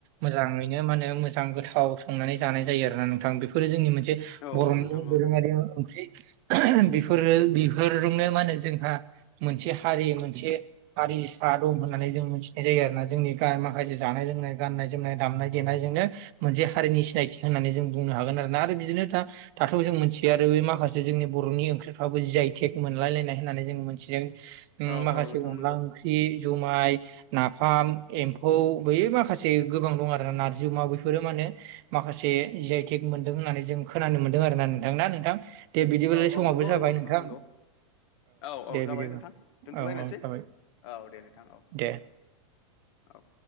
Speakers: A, on the right (about 45°); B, on the left (about 60°).
A: मोजाङैनो माने मोजां गोथाव संनानै जानाय जायो आरो मानोना नोंथां बेफोरो जोंनि मोनसे
B: औ
A: बर'नि
B: औ नोंथां
A: दोरोङारि
B: औ
A: ओंख्रि बेफोरो बेफोरजोंनो मा होनो जोंहा मोनसे हारि मोनसे हारिफ्रा दं होन्नानै जों मोनथिनाय जायो आरोना जोंनि माखासे जानाय लोंनाय गान्नाय-जोमनाय दामनाय-देनायजोंनो मोनसे हारिनि सिनायथि होननानै जों बुंनो हागोन आरोना आरो बिदिनो दा दाथ' जों मिथियो आरो बे माखासे जोंनि बर'नि ओंख्रिफ्राबो जियाय थेग मोनलायलायनाय होननानै जों मोनथियो। उ
B: औ
A: माखासे
B: औ नोंथां
A: अनला
B: नंगौ
A: ओंख्रि जुमाय नाफाम एम्फौ बै माखासे गोबां दं आरोना नारजि अमा बेैफोरो मा होनो माखासे जिइटेक मोनदों होननानै जों खोनानो मोनदों आरोना नोंथां ना नोंथां दे बिदिबालाय
B: औ औ
A: समाबो
B: नंगौ
A: जाबाय
B: नोंगौ नोंथांनंगौ
A: नोंथां
B: औ औ
A: दे
B: जाबाय
A: बिदिबा
B: नोंथां दोनथ'लायनोसै
A: औ औ जाबाय
B: औ दे नोंथां औ
A: दे
B: औ औ